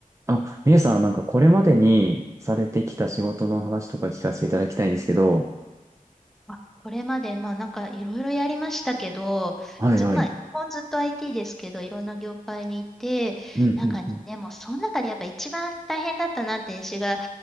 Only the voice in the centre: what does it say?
あこれまで、まあなんかいろいろやりましたけど、
ず、まあ、基本ずっと IT ですけど、いろんな業界にいて、
なんかね、
でもその中でやっぱ一番大変だったなって私が